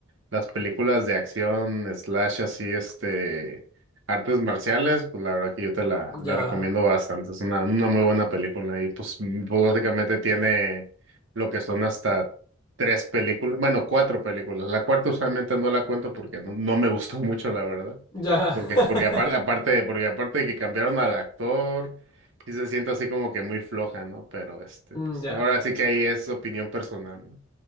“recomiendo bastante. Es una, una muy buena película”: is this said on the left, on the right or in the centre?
Right